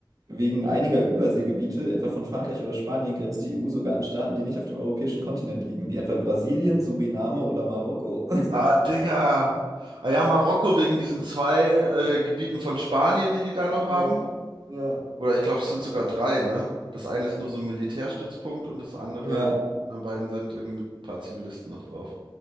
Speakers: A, on the right (about 45°); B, on the right (about 75°).
A: Wegen einiger Überseegebiete, etwa von Frankreich oder Spanien, grenzt die EU sogar an Staaten, die nicht auf dem europäischen Kontinent liegen, wie etwa Brasilien, Suriname oder Marokko. <laughs>
B: Ah, Digga. Ah ja, Marokko wegen diesen zwei äh, Gebieten von Spanien, die die da noch haben.
A: Ja, ja.
B: Oder ich glaube, es sind sogar drei, ne? Das eine ist nur so ein Militärstützpunkt und das andere,
A: Ja,
B: die anderen beiden sind irgendwie mit ein paar Zivilisten noch drauf.